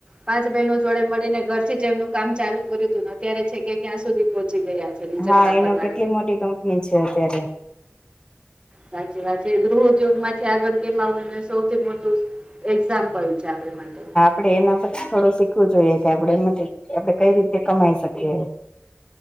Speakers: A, on the right; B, on the left.
A: પાંચ બહેનો જોડે મળીને ઘર થી જેમનું કામ ચાલુ કર્યું હતું ને અત્યારે છે કે ક્યાં સુધી પહોંચી ગયા છે લિજ્જત
B: હા
A: પાપડ
B: એનું
A: વાળા
B: કેટલી મોટી કંપની છે અત્યારે
A: સાચી વાત છે ગૃહોદ્યોગ માંથી આગળ કેમ આવું એનું સૌથી મોટું એક્ઝામ્પલ છે આપ માટે
B: આપણે એના પર થોડું શીખવું જોઈએ કે આપડ એમાંથી આપડણે કઈ રીતે કમાઈ શકીએ